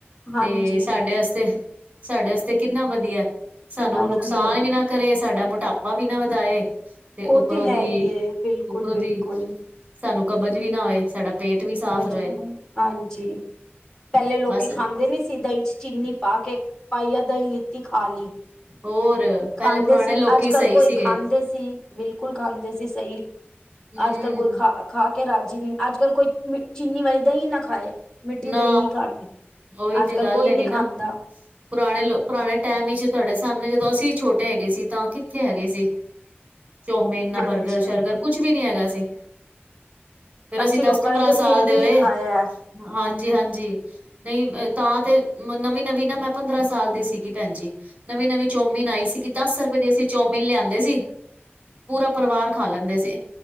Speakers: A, on the left; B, on the right.
A: ਹਾਂਜੀ
B: ਤੇ ਸਾਡੇ ਅਸਤੇ, ਸਾਡੇ ਆਸਤੇ ਕਿੰਨਾ ਵਧੀਆ, ਸਾਨੂੰ
A: ਕਿੰਨਾ
B: ਨੁਕਸਾਨ
A: ਵਧੀਆ
B: ਵੀ ਨਾ ਕਰੇ ਸਾਡਾ ਮੋਟਾਪਾ ਵੀ ਨਾ ਵਧਾਏ, ਤੇ
A: ਉਹ
B: ਉੱਪਰੋਂ
A: ਹੈ
B: ਦੀ,
A: ਹੀ ਏ ਬਿਲਕੁਲ-ਬਿਲਕੁਲ
B: ਉੱਪਰੋਂ ਦੀ ਸਾਨੂੰ ਕਬਜ਼ ਵੀ ਨਾ ਹੋਏ, ਸਾਡਾ ਪੇਟ ਵੀ ਸਾਫ਼ ਰਹੇ
A: ਜਿਨੁ ਹਾਂਜੀ, ਪਹਿਲੇ ਲੋਕੀ
B: ਬਸ
A: ਖਾਂਦੇ ਸੀ ਦਹੀਂ ਚ ਚੀਨੀ ਪਾਕੇ, ਪਾਈਆ ਦਹੀਂ ਲਿੱਤੀ ਖਾਲੀ।
B: ਹੋਰ ਪਹਿਲੇ
A: ਖਾਂਦੇ
B: ਪੁਰਾਣੇ
A: ਸੀ,
B: ਲੋਕੀ
A: ਅੱਜ-ਕੱਲ
B: ਸਹੀ
A: ਕੋਈ
B: ਸੀਗੇ
A: ਖਾਂਦੇ ਸੀ, ਬਿਲਕੁਲ ਖਾਂਦੇ ਸੀ ਸਹੀ
B: ਹਮ
A: ਅੱਜ-ਕੱਲ ਕੋਈ ਖਾ, ਖਾਕੇ ਰਾਜ਼ੀ ਨਹੀਂ, ਅੱਜ-ਕੱਲ ਕੋਈ ਚੀਨੀ ਵਾਲੀ ਦਹੀਂ ਨਾ ਖਾਏ। ਮਿੱਠੀ
B: ਨਾ,
A: ਦਹੀਂ ਨੀ ਖਾਣੀ
B: ਓਈ
A: ਅੱਜ-ਕੱਲ
B: ਤੇ ਗੱਲ
A: ਕੋਈ
B: ਹੈਗੀ
A: ਨੀ ਖਾਂਦਾ।
B: ਨਾ। ਪੁਰਾਣੇ ਲੋ, ਪੁਰਾਣੇ ਟਾਈਮ ਵਿੱਚ ਤੁਹਾਡੇ ਸਾਹਮਣੇ ਜਦੋਂ ਅਸੀਂ ਛੋਟੇ ਹੈਗੇ ਸੀ। ਤਾਂ ਕਿੱਥੇ ਹੈਗੇ ਸੀ, ਚੌਮਿਨ, ਨਾ
A: ਹਾਂਜੀ
B: ਬਰਗਰ-ਸ਼ਰਗਰ ਕੁਛ ਵੀ ਨੀ ਹੈਗਾ ਸੀ। ਫਿਰ ਅਸੀ
A: ਅਸੀਂ ਲੋਕਾਂ
B: ਦਸ-ਪੰਦਰਾਂ
A: ਨੇ ਤੇ
B: ਸਾਲ
A: ਫਿਰ
B: ਦੇ
A: ਵੀ
B: ਹੋਏ,
A: ਖਾਇਆ।
B: ਹਾਂਜੀ-ਹਾਂਜੀ ਨਹੀਂ ਤਾਂ ਤੇ, ਨਵੀਂ-ਨਵੀਂ ਨਾ ''ਮੈਂ ਪੰਦਰਾਂ ਸਾਲ ਦੀ ਸੀਗੀ ਭੈਨ ਜੀ ਨਵੀਂ-ਨਵੀਂ ਚੌਮੀਨ ਆਈ ਸੀਗੀ, ਦੱਸ ਰੁਪਏ ਦੀ ਅਸੀਂ ਚੌਮੀਨ ਲਿਆਂਦੇ ਸੀ ਪੂਰਾ ਪਰਿਵਾਰ ਖਾ ਲੈਂਦੇ ਸੀ।